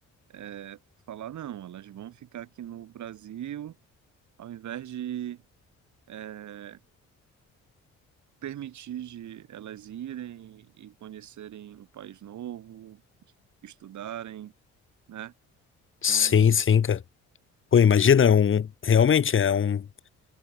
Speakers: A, on the right; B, on the left.
A: é, falar, não, elas vão ficar aqui no Brasil, ao invés de é, permitir de elas irem e conhecerem um país novo, estudarem, né? Então,
B: Sim, sim, cara. Pô, imagina, é um, realmente é um,